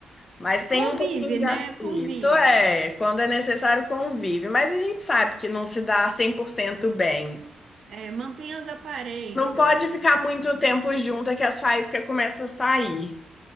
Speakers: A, on the left; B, on the right.
A: Mas tem
B: Convive,
A: um pouquinho de
B: né?
A: atrito,
B: Convive.
A: é, quando é necessário convive. Mas a gente sabe que não se dá 100% bem.
B: É, mantém as aparências.
A: Não pode ficar muito tempo junto é que as faíscas começam a sair.